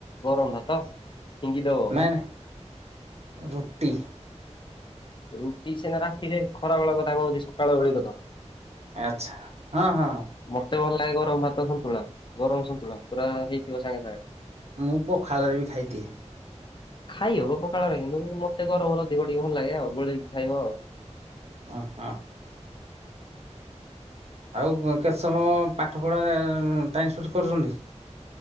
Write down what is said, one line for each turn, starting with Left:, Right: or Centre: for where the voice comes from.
Left: ଗରମ ଭାତ ଫିଙ୍ଗିଦବ
Right: ନାଇଁ ନାଇଁ ରୁଟି।
Left: ରୁଟି ସିନା ରାତିରେ ଖରା ବେଳ କଥା କହୁଛି ସକାଳ ବେଳ କଥା।
Right: ଆଚ୍ଛା। ହଁ ହଁ
Left: ମତେ ଭଲ ଲାଗେ ଗରମ ଭାତ ସନ୍ତୁଳା ଗରମ ସନ୍ତୁଳା ପୁରା ହେଇଥିବ ସାଙ୍ଗେ ସାଙ୍ଗେ।
Right: ମୁଁ ପଖାଳରେ ବି ଖାଇଦିଏ।
Left: ଖାଇହବ ପଖାଳରେ କିନ୍ତୁ ମତେ ଗରବର ଦିଗିକ ଭଲ ଲାଗେ ଆଉ ଗୋଲେଇକି ଖାଇବ ଆଉ।
Right: ଓହୋ ଆଉ କେତେ ସମୟ ପାଠ ପଢ଼ା ଟାଇମ୍ ସ୍ପେଣ୍ଡ କରୁଛନ୍ତି